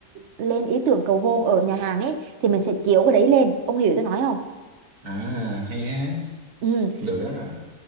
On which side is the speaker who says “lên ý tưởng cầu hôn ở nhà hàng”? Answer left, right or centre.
Right